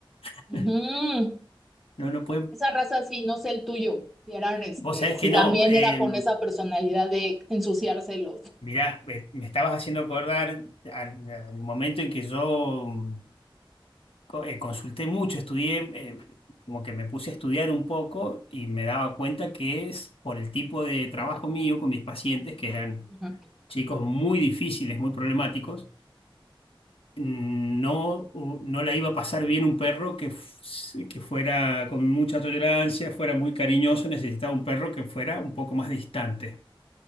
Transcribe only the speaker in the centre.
Ujú.
Esa raza sí, no sé el tuyo, si eran este,
si también
era con esa personalidad de ensuciárselos.
Ujú.